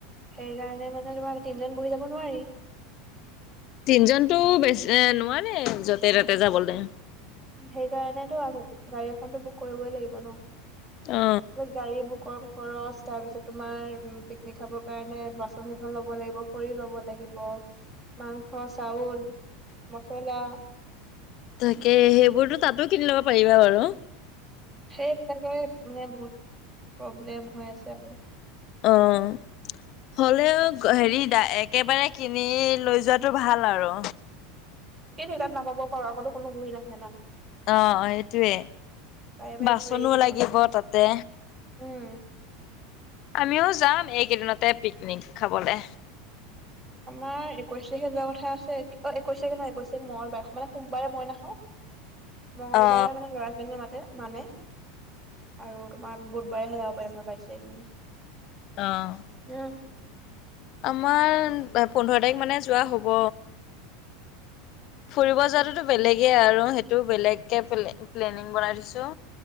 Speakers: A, on the right; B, on the left.
A: সেই কাৰণে মানে তোমাৰ তিনিজন বহি যাব নোৱাৰি।
B: তিনজনতো বেছ এ নোৱাৰে নে, য'তে ত'তে যাবলৈ।
A: সেইকাৰণেতো গাড়ী এখনতো বুক কৰিবই লাগিব ন।
B: অ
A: গাড়ী বুকৰ খৰচ, তাৰ পিছত তোমাৰ উ, পিকনিক খাবৰ কাৰণে বাচন-চচন ল'ব লাগিব। খৰি ল'ব লাগিব, মাংস, চাউল, মছলা।
B: তাকে সেইবোৰতো তাতো কিনি ল'ব পাৰিবা বাৰু।
A: সেইবিলাকৰে মানে বহুত প্ৰব্লেম হৈ আছে আৰু।
B: অ', হ'লেও হেৰি, একেবাৰে কিনি লৈ যোৱাটো ভাল আৰু।
A: সেই ঠাইত নাপাব পাৰো আকৌ, কোনো ঘূৰি নাহে ন?
B: অ', সেইটোৱে
A: বাৰে বাৰে
B: বাচনো
A: ঘূৰি আহি থাকিব
B: লাগিব
A: নেকি
B: তাতে।
A: উম',
B: আমিও যাম এইকেইদিনতে পিকনিক খাবলে।
A: আমাৰ একৈশ তাৰিখে যোৱা কথা আছে। অ', একৈশ তাৰিখ নহয়, একৈ তাৰিখ মঙলবাৰ, মানে সোমবাৰে মই নাখাওঁ। মঙলবাৰে
B: অ
A: মানে ল'ৰাখিনি মাতে মানে, আৰু তোমাৰ বুধবাৰেহে যাব পাৰিম আৰু বাইছ তাৰিখ মানে।
B: অ',
A: উম
B: আমাৰ পোন্ধৰ তাৰিখ মানে যোৱা হ'ব। ফুৰিব যোৱাটোতো
A: আচ্ছা
B: বেলেগেই আৰু, সেইটো বেলেগকৈ প্লেনিং বনাই থৈছোঁ।